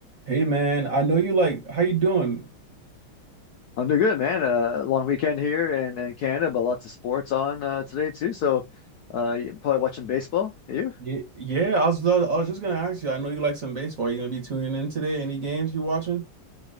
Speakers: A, on the right; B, on the left.
A: Hey man, I know you like how you doing?
B: I'm doing good, man. Uh, long weekend here in, in Canada, but lots of sports on uh, today too. So, uh, you probably watching baseball. You?
A: Yeah, yeah, I was I was just gonna ask you. I know you like some baseball. You gonna be tuning in today? Any games you watching?